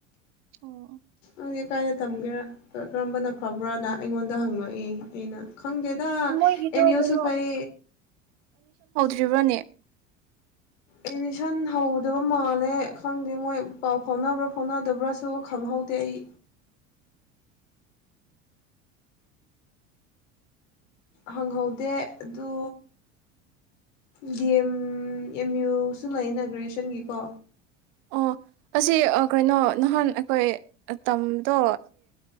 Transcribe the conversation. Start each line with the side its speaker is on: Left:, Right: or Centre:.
Right: ꯑꯣ
Left: ꯈꯪꯗꯦ ꯀꯥꯏꯗ ꯇꯝꯒꯦꯔꯥ ꯀꯔꯝꯕꯅ ꯐꯕ꯭ꯔꯥꯅ ꯑꯩꯉꯣꯟꯗ ꯍꯪꯂꯛꯏ ꯑꯩꯅ ꯈꯪꯒꯦꯗ
Right: ꯃꯣꯏꯒꯤꯗꯣ
Left: ꯑꯦꯝ ꯌꯨꯁꯨ
Right: ꯀꯩꯅꯣ
Left: ꯐꯩ
Right: ꯖꯤꯕꯅꯤ
Left: ꯑꯦꯠꯃꯤꯁꯟ ꯍꯧꯗꯕ ꯃꯥꯜꯂꯦ ꯈꯪꯗꯦ ꯃꯣꯏ ꯄꯥꯎ ꯐꯥꯎꯅꯕ꯭ꯔꯥ ꯐꯥꯎꯅꯗꯕ꯭ꯔꯥꯁꯨ ꯈꯪꯍꯧꯗꯦ ꯑꯩ ꯍꯪꯍꯧꯗꯦ ꯑꯗꯨ ꯗꯤ ꯑꯦꯝ ꯑꯦꯝ ꯌꯨꯁꯨ ꯂꯩꯅ ꯒ꯭ꯔꯦꯖꯨꯦꯁꯟꯒꯤꯀꯣ
Right: ꯑꯣ ꯑꯁꯤ ꯀꯩꯅꯣ ꯅꯍꯥꯟ ꯑꯩꯈꯣꯏ ꯇꯝꯗꯣ